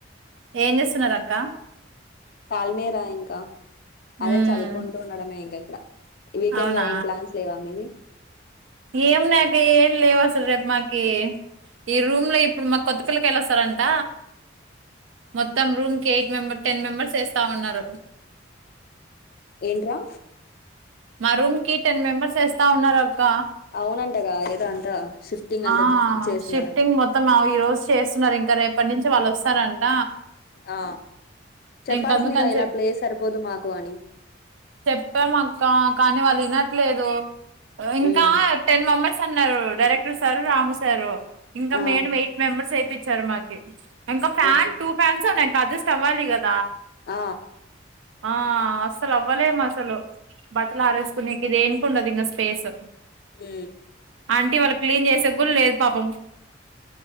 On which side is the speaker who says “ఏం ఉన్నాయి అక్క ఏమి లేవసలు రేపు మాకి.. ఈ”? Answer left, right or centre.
Right